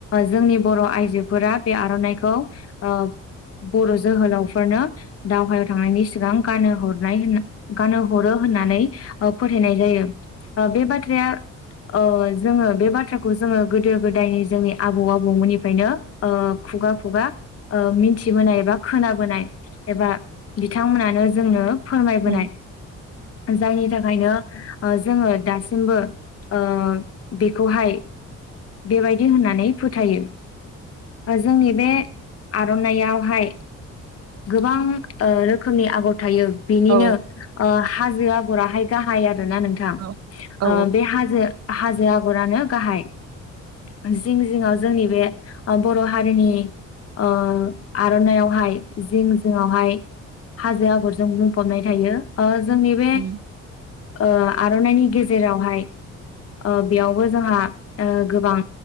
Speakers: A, on the left; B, on the right.
A: जोंनि बर' आइजोफोरा बे आर'ननाइखौ ओ बर' जोहोलावफोरनो दावहायाव थांनायनि सिगां गानो हरनाय होन गानो हरो होननानै ओ फोथायनाय जायो ओ बे बाथ्राया । ओ जोङो बे बाथ्राखौ जोङो गोदो गोदायनि जोंनि आबौ आबौमोननिफ्रायनो ओ खु खुगा खुगा ओ मिथिबोनाय एबा खोनाबोनाय एबा बिथांमोनानो जोंनो फोरमायबोनाय
B: उम
A: जायनि थाखायनो ओ जोङो दासिमबो ओ बेखौहाय बेबायदि होननानै फोथायो । ओ जोंनि बे आर'ननायावहाय गोबां ओ रोखोमनि आगर थायो बेनिनो
B: औ
A: ओ हाजो आगराहाय गाहाय आरो । ना नोंथां
B: औ औ
A: ओ बे हाजो हाथों आगरानो गाहाय । जिं जिङाव जोंनि बे ओ बर' हारिनि । ओ आर'ननायावहाय जिं जिङावहाय हाजो आगरजों बुंफबनाय थायो ओ ज जोंनि बे
B: उम
A: ओ आरन'नाइनि गेजेरावहाय । ओ बेयावबो जोंहा ओ गोबां